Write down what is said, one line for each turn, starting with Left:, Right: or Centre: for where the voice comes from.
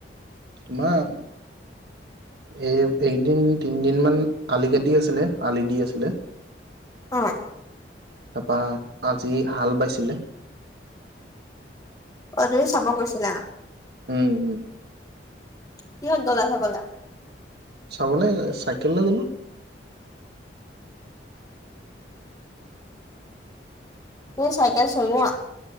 Right: তোমাৰ এই এই কিদিন তিনদিন মান আলি কাটি আছিলে আলি দি আছিলে।
Left: অ'।
Right: তাৰপা আজি হাল বাইছিলে।
Left: অ', তুমি চাব গৈছিলা?
Right: উম, উম।
Left: কিহত গ'লা চাবলে?
Right: চাবলৈ চাইকেল লৈ গ'লো।
Left: তুমি চাইকেল চলোৱা?